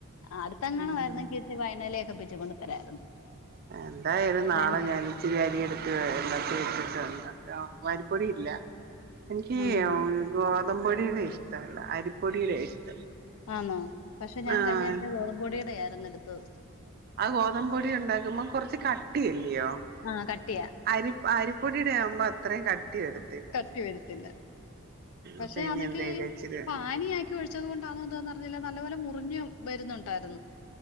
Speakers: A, on the left; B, on the right.
A: അടുത്തങ്ങാനു
B: ഉം
A: മായിരുന്നങ്കിൽ ഇച്ചി വയനലൊക്കെ പിച്ചി കൊണ്ട് തരായിരുന്നു.
B: എന്തായാലും നാളെ
A: വയന
B: ഞാന് ഇച്ചിരി അരി എടുത്ത് വെള്ളത്തിലിട്ടിട്ട് ഇട്ടിട്ട്ണ്ട. അരിപ്പൊടി ഇല്ല എനിക്ക്
A: ഉം
B: ഗോതമ്പ പൊടിയുടെ ഇഷ്ടല്ല അരിപ്പൊടിയുടെ ഇഷ്ടം.
A: ആന്നോ പക്ഷെ ഞാൻ
B: ആഹ്
A: കഴിഞ്ഞ ആഴ്ച്ച ഗോതമ്പു പൊടിടെ ആയിരുന്നു എടുത്തത്.
B: അഹ് ഗോതമ്പപൊടി ഉണ്ടാക്കുമ്പോ കൊറച്ച് കട്ടിയല്ലിയോ
A: ആ കട്ടിയാ.
B: അരി അരിപ്പൊടിയുടെ ആവുമ്പോ അത്രയും കട്ടി വരു
A: കട്ടി വരത്തില്ല പക്ഷെ
B: അപ്പൊ ഇനി
A: അന്നെങ്കി
B: എന്തേലും ഇച്ചിരി
A: പാനി ആ ഒഴിച്ചത് കൊണ്ടാണോ എന്തന്നറിഞ്ഞില്ല നല്ലപോലെ മുറിഞ്ഞു വരുന്നുണ്ടായിരുന്നു.